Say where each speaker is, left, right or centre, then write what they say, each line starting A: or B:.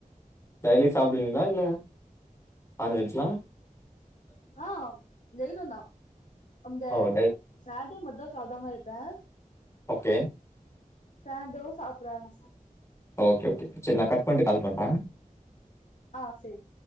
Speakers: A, on the left; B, on the left.
A: டெய்லி சாப்டுவீஙகளா இல்ல நான்வெஜ்லா
B: ஆ டெய்லியுதா அந்த
A: ஓ டெய்
B: சாட்ர்டே மட் து சாப்டம இருப்பே
A: ஒகே
B: தா அதுவும் சாப்ட ஆரம்ச்சிட்டே
A: ஒகே ஒகே சேர் நா கட் பண்ட்டு கால் பண்றே
B: ஆ சேர்